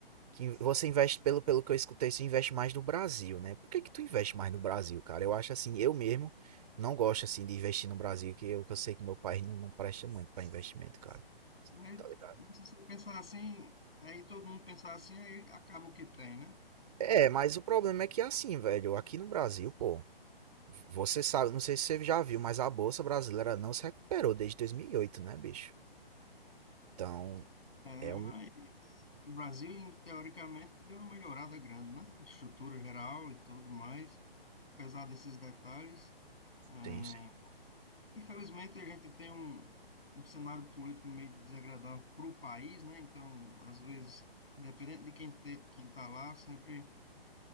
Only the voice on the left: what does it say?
Mas
se você pensar assim, aí todo mundo pensar assim, aí acaba o que tem, né?
É,
mas o Brasil, em- teoricamente, deu uma melhorada grande, né? Estrutura geral e tudo mais, apesar desses detalhes. ah,
infelizmente, a gente tem um, um cenário político meio desagradável para o país, né? Então, às vezes, independente de quem te, quem está lá, sempre